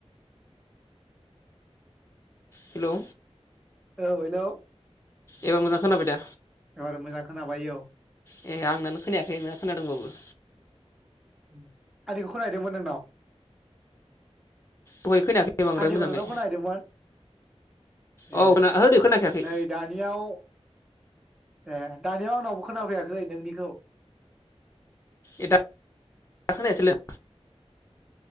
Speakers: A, on the left; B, in the centre.
A: हेलौ
B: औ हेलौ
A: एबार मोजां खोनाबाय दा
B: एबार मोजां खोनाबाय औ
A: ए आंनानो खोनायाखै नोंना खोनादोंबाबो
B: ओम आंनिखौ खोना हैदोंमोन नोंनाव?
A: दहाय खोनायाखै बांद्राय
B: आंनिखौ
A: मोजाङै।
B: नोंनाव खोनाहैदोंमोन
A: औ
B: ए
A: खोना होदो खोनाखायाखै
B: नै दानियाव ए दानिया आंनावबो खोनाफैयाखै नोंनिखौ
A: ए दा दा खोनायाखैसैलाय